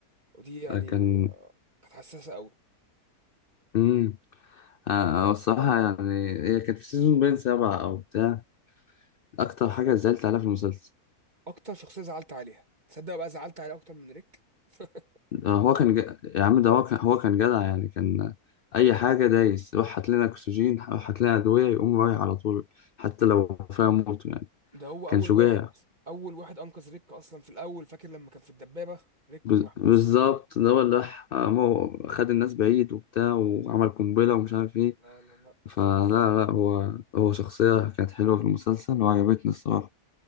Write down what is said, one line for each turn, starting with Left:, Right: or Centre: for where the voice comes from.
Right: ودي يعني
Left: كان
Right: آه، كانت حساسة قوي
Left: امم آه هو الصراحة يعني هي كانت في سيزون باين سبعة أو بتاع أكتر حاجة زعلت عليها في المسلسل
Right: اكتر شخصية زعلت عليها تصدق بقى زعلت عليها اكتر من ريك <laughs>
Left: آه هو كان ج... يا عم ده هو كان هو كان جدع يعني كان أي حاجة دايس روح هات لنا أكسجين روح هات لنا أدوية يقوم رايح على طول حتى لو فيها موت يعني
Right: ده هو اول
Left: كان شجاع
Right: واحد اول واحد انقذ ريك اصلا في الاول فاكر لما كان في الدبابة ريك
Left: بز-
Right: ومحبوس
Left: بالظبط ده هو اللي راح آه، مو- خد الناس بعيد وبتاع وعمل قنبلة ومش عارف إيه
Right: لا لا لا مختلف
Left: فلا لا هو هو شخصية كانت حلوة في المسلسل وعجبتني الصراحة